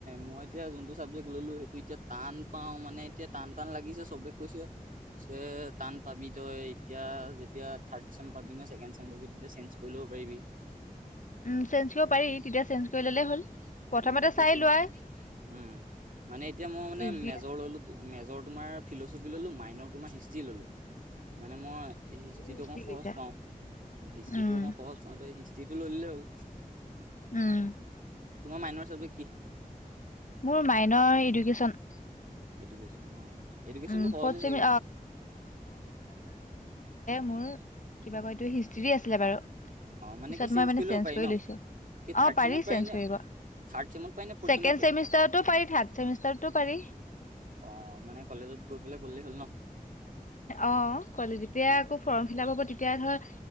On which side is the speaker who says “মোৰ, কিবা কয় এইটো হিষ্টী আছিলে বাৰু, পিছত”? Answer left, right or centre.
Left